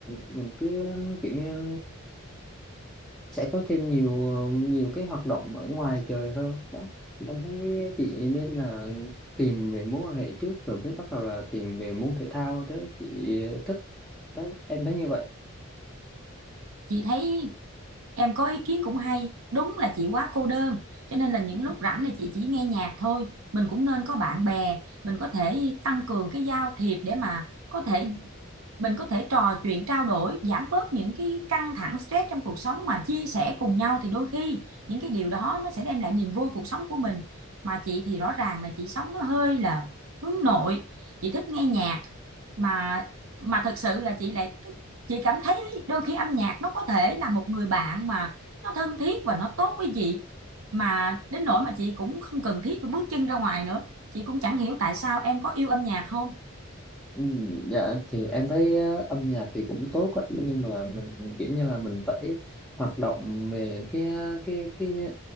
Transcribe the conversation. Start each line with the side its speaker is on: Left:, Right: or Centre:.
Centre: mình cứ kiểu như sẽ có thêm nhiều nhiều cái hoạt động ở ngoài trời hơn đó em thấy chị nên là tìm về mối quan hệ trước rồi mới bắt đầu là tìm về môn thể thao đó chị thích đấy em thấy như vậy
Right: chị thấy em có ý kiến cũng hay đúng là chị quá cô đơn cho nên là những lúc rảnh là chị chỉ nghe nhạc thôi mình cũng nên có bạn bè mình có thể tăng cường cái giao thiệp để mà có thể mình có thể trò chuyện trao đổi giảm bớt những cái căng thẳng stress trong cuộc sống mà chia sẻ cùng nhau thì đôi khi những cái điều đó nó sẽ đem lại niềm vui cuộc sống của mình mà chị thì rõ ràng là chị sống nó hơi là hướng nội chị thích nghe nhạc mà mà thực sự là chị lại chị cảm thấy đôi khi âm nhạc nó có thể là một người bạn mà nó thân thiết và nó tốt với chị mà đến nỗi mà chị cũng không cần thiết phải bước chân ra ngoài nữa chị cũng chẳng hiểu tại sao em có yêu âm nhạc không
Centre: Ừ, dạ thì em thấy ờ, âm nhạc thì cũng tốt á nhưng mà mình kiểu như là mình phải hoạt động về cái ờ, cái cái